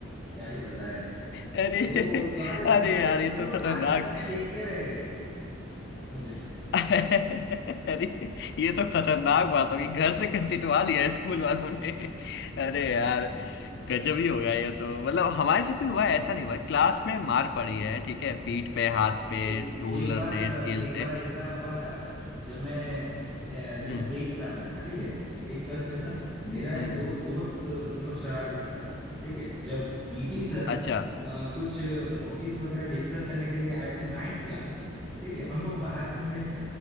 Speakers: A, in the centre; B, on the left.
A: क्या ही बताए
B: अरे
A: वो सारे सारे
B: अरे यार ये
A: मतलब
B: तो
A: सारे
B: खतरनाक
A: बच्चे देखते रह गए मुझे
B: अरे ये तो खतरनाक बात होगी घर से घसीटवा लिया स्कूल वालों ने अरे यार गजब ही होगा ये तो मतलब हमारे साथ भी हुआ है, ऐसा नहीं हुआ क्लास में मार पड़ी है ठीक है पीठ पे
A: हाँ,
B: हाथ पे
A: एक
B: रूलर
A: एक बार
B: से स्केल
A: एक
B: से
A: बार ऐसा हुआ था जब मैं अ, जब
B: हम्म
A: मैं एट क्लास में था ठीक है एट क्लास में था मेरा
B: हम्म
A: एक दोस्त
B: हम्म,
A: बहुत अ, मतलब शरारती था ठीक है जब पीटी सर
B: अच्छा
A: अ, कुछ नोटिस वगैरह डिस्कस करने के लिए आए थे नाइन्थ क्लास में ठीक है हम लोग बाहर घूम रहे थे